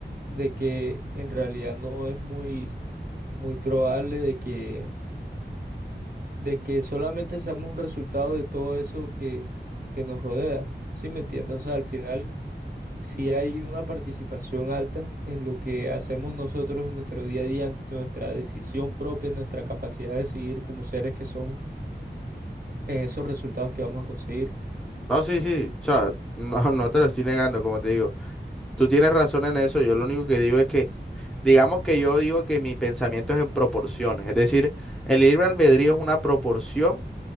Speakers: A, on the right (about 55°); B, in the centre.
A: de que en realidad no es muy, muy probable de que, de que solamente seamos un resultado de todo eso que, que nos rodea. ¿Sí me entiendes? O sea, al final, si hay una participación alta en lo que hacemos nosotros en nuestro día a día, en nuestra decisión propia, en nuestra capacidad de decidir como seres que somos, en esos resultados que vamos a conseguir.
B: No, sí, sí, o sea, <laughs> no, no te lo estoy negando, como te digo. Tú tienes razón en eso, yo lo único que digo es que, digamos que yo digo que mi pensamiento es en proporciones, es decir, el libre albedrío es una proporción